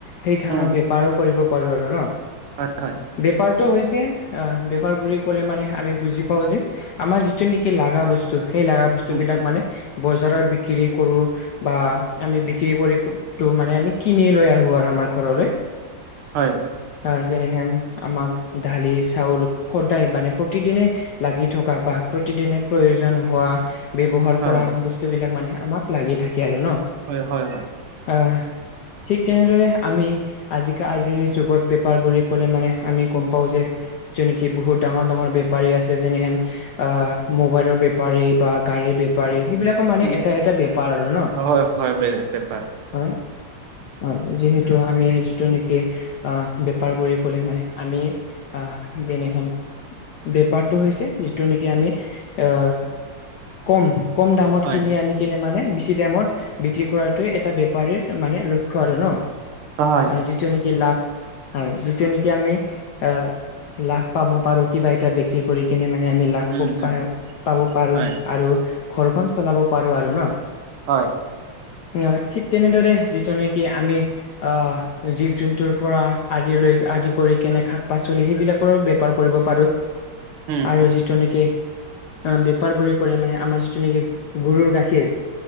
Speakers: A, on the left; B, on the right.
A: সেই থানৰ
B: উম
A: বেপাৰো কৰিব পাৰো আৰু ন।
B: হয় হয়
A: বেপাৰটো হৈছে অ' বেপাৰটো বুলি ক'লে মানে আমি বুজি পাওঁ যে আমাৰ যিটো নেকি লাগা বস্তু সেই লাগা বস্তু
B: উম
A: বিলাক মানে বজাৰত বিক্ৰী। কৰো বা আমি বিক্ৰী কৰি মানে আমি কিনি লৈ আহো আৰু আমাৰ ঘৰলৈ <inaudible>
B: হয়।
A: আহ যেনেহেন আমাক দালি চাউল সদায় মানে প্ৰতিদিনে লাগি থকা বা প্ৰতিদিনে প্ৰয়োজন হোৱা ব্যৱহাৰ
B: হয়
A: কৰা বস্তুবিলাক মানে আমাক লাগি থাকে আৰু ন
B: হয় হয় হয়।
A: আহ ঠিক তেনেদৰে আমি আজি আজিৰ যুগত বেপাৰ বুলিোৰে কলে মানে আমি গম পাও যে য নেকি বহুত ডাঙৰ ডাঙৰ বেপী আছে যেনেহেন অ', মোবাইলৰ বেপাৰী বা গাড়ীৰ বেপাৰী সেইবিলাক মানে
B: উম
A: এটা এটা বেপাৰ আৰু ন
B: হয় হয় বেপাৰ
A: হয় হয়, যিহেতু আমি যিটো নেকি অ বেপাৰ বুলি কলে মানে আমি আহ যেনেহেন বেপাৰটো হৈছে যিটো নেকি আমি আহ কম, কম, দামত
B: হয়
A: কিনি আনি কিনে মানে বেছি দামত বিক্ৰী কৰাটো এটা বেপাৰীৰ মানে লক্ষ আৰু ন
B: অ', হয়
A: আহ যিটো নেকি লাভ হয়, যিটো নেকি আমি আহ লাভ পাব পাৰো কিবা এটা যি কৰি কিনে মানে আমি লাভ
B: উম
A: খব
B: হুম
A: প পাব পাৰো
B: হয়
A: আৰু ঘৰখন চলাব পাৰো আৰু ন
B: হয়।
A: অ', ঠিক তেনেদৰে যিজন নেকি আমি অ', জীৱ জন্তুৰ পৰা আদি লৈ আদি কৰি কেনে শাক পাচলি সেইবিলাক বেপাৰ কৰিব পাৰো
B: উম
A: আৰু যিটো নেকি বেপাৰ বুলি কৰে মানে আমাৰ যিটো নেকি গৰুৰ গাখীৰ